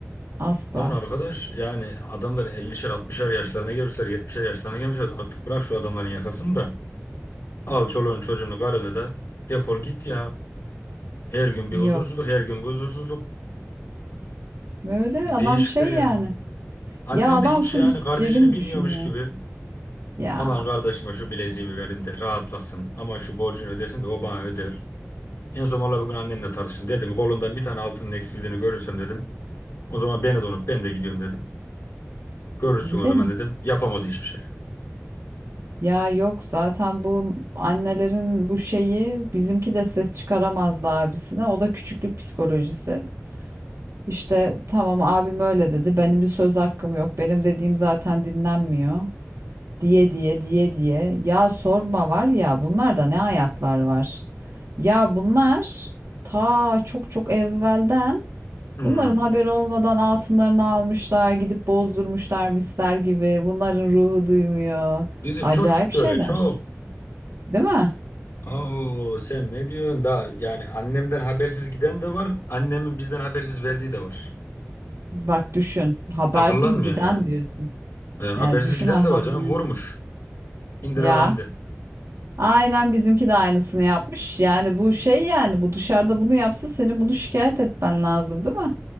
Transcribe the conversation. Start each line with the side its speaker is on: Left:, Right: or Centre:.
Right: Asla.
Left: Lan arkadaş yani adamlar 50'şer 60'şer yaşlarına gelmişler 70'şer yaşlarına gelmişler. Artık bırak şu adamların yakasını da al çoluğunu çocuğunu karını da defol git ya. Her gün bir
Right: Yok.
Left: huzursuzluk her gün bir huzursuzluk.
Right: Böyle
Left: Bir
Right: adam
Left: değişikler
Right: şey
Left: ya.
Right: yani.
Left: Annem
Right: Ya adam
Left: de hiç
Right: full
Left: yani
Right: c-
Left: kardeşini
Right: cebini
Left: bilmiyormuş
Right: düşünüyor.
Left: gibi.
Right: Ya
Left: Aman kardeşime şu bileziğimi verim de rahatlasın. Aman şu borcunu ödesin de o bana öder. En son valla bugün annemle tartıştım. Dedim kolundan bir tane altının eksildiğini görürsem dedim. O zaman beni de unut ben de gidiyorum dedim. Görürsün
Right: iyi
Left: o
Right: demiş.
Left: zaman dedim. Yapamadı hiçbir şey.
Right: Ya yok zaten bu annelerin bu şeyi bizimki de ses çıkaramazdı abisine. O da küçüklük psikolojisi. İşte tamam abim öyle dedi. Benim bir söz hakkım yok. Benim dediğim zaten dinlenmiyor. Diye diye diye diye. Ya sorma var ya bunlarda ne ayaklar var. Ya bunlar ta çok çok evvelden
Left: Hmm.
Right: Bunların haberi olmadan altınlarını almışlar, gidip bozdurmuşlar misler gibi. Bunların ruhu duymuyor.
Left: Bizim
Right: Acayip
Left: çok gitti
Right: şeyler,
Left: öyle çok.
Right: değil mi?
Left: Oo, sen ne diyorsun? Daha yani annemden habersiz giden de var. Annemin bizden habersiz verdiği de var.
Right: Bak düşün, habersiz
Left: Akıllanmıyor
Right: giden
Left: ya.
Right: diyorsun.
Left: E, habersiz
Right: Ya düşün
Left: giden
Right: ha
Left: de var
Right: ha.
Left: canım.
Right: ha.
Left: Vurmuş. Indira
Right: Ya
Left: Gandhi.
Right: aynen bizimki de aynısını yapmış. Yani bu şey yani bu dışarıda bunu yapsa senin bunu şikayet etmen lazım, değil mi?